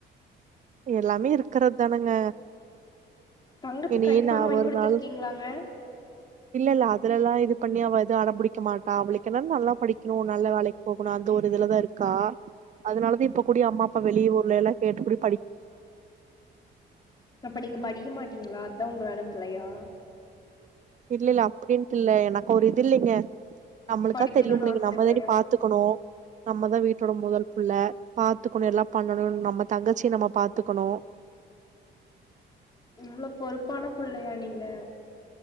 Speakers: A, on the right (about 40°); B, on the left (about 20°).
A: எல்லாமே இருக்றத் தானேங்க
B: தங்கச்சிக்கு
A: இனி
B: ஐஃபோன்
A: நா
B: வாங்கி
A: ஒரு
B: குடுத்துருக்கீங்களாங்க
A: நாள் இல்லல்ல அதுலல்லா இது பண்ணி அவ எது அடம்பிடிக்க மாட்டா அவளுக்கு என்ன நல்லா படிக்கணூ நல்ல வேலைக்கு போகணூ அந்த ஒரு இதுலதாருக்கா அதனாலதா இப்ப கூடி அம்மா அப்பா வெளியூர்ல எல்லா கேட்டு குடி
B: அப்ப நீங்க படிக்க மாட்டீங்ளா தா உங்கள அனுப்லயா
A: இல்லல்ல அப்டின்ட்டு இல்ல எனக்கு ஒரு இது இல்லைங்க நம்மளுக்கா
B: படிக்கணுனு
A: தெரியும்லைங்க
B: ஆச
A: நம்மளேனி
B: இல்லையா
A: பாத்துக்கணூ நம்மதா வீட்டோட மொதல் புள்ள பாத்துக்கணூ எல்லா பண்ணணூனு நம்ம தங்கச்சி நம்ம பாத்துக்கணூ
B: இவ்ளோ பொறுப்பான புள்ளையா நீங்க